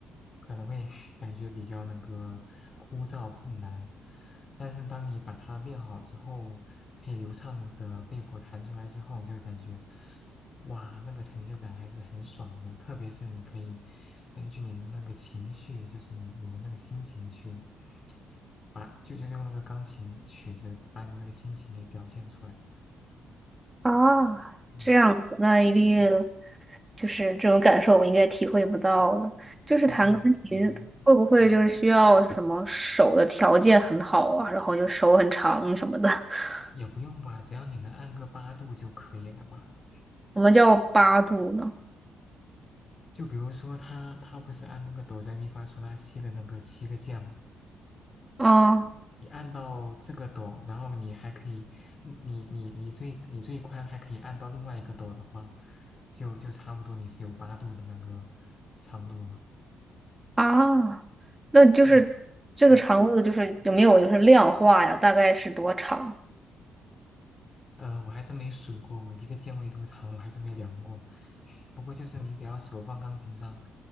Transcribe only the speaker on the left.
可能会 <laughs> 感觉比较那个枯燥困难，但是当你把它练好之后，可以流畅的背谱弹出来之后，你就会感觉。哇，那个成就感还是很爽的，特别是你可以根据你的那个情绪，就是你你的那个心情去把，就就是用那个钢琴曲子把你那个心情给表现出来。
嗯，
对，
就是对，嗯，
也不用吧，只要你能按个八度就可以了吧？
就比如说他他不是按那个哆来咪发嗦拉西的那个七个键吗？
你按到这个斗，然后你还可以，嗯你你你最你最宽还可以按到另外一个斗的话，就就差不多你是有八度的那个长度了。
就你，嗯
呃，我还真没数过，我一个键位多长，我还真没量过。<laughs> 不过就是你只要手放钢琴上，